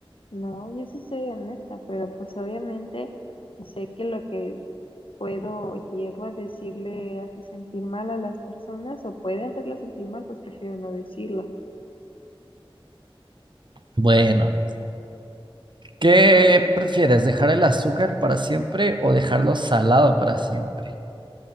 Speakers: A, on the left; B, on the right.
A: No, yo sí soy honesta, pero pues obviamente si sé que lo que puedo o llego a decirle hace sentir mal a las personas o puede hacerlo sentir mal, pues prefiero no decirlo.
B: Bueno, ¿qué prefieres? ¿Dejar el azúcar para siempre o dejarlo salado para siempre?